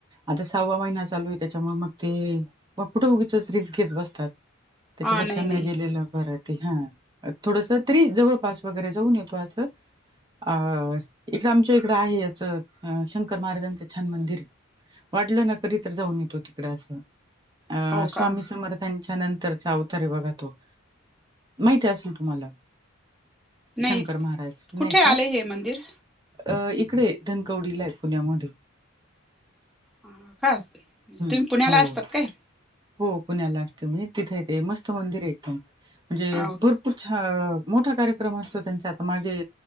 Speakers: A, on the right; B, in the centre.
A: आता सहावा महिना चालू आहे त्याच्यामुळे मग ते, मग कुठं उगीचच रिस्क घेत बसतात. त्याच्यापेक्षा
B: हा नाही
A: न
B: नाही
A: गेलेलं बर की हा, थोडस तरी जवळपास वगैरे जाऊन येतो अस अह इकडं आमच्या इकडं आहे याचं अह शंकर महाराजांचं छान मंदिर वाटलं ना तर इतर जाऊन येतो तिकड अस, अह
B: हो का
A: स्वामी समर्थांच्या नंत चा अवतार आहे बघा तो माहिती असेल तुम्हाला?
B: नाही
A: शंकर महाराज. नाही
B: कुठे आले
A: का?
B: हे मंदिर
A: अह इकडे धनकवडीला आहे पुण्यामध्ये.
B: हा काय म्हणजे
A: हं,
B: तुम्ही पुण्याला
A: हो.
B: असतात काय?
A: हो पुण्याला असते मी. तिथे ते मस्त मंदिर आहे एकदम म्हणजे
B: हो
A: भरपूर छा मोठा कार्यक्रम असतो त्यांच्या आता मागे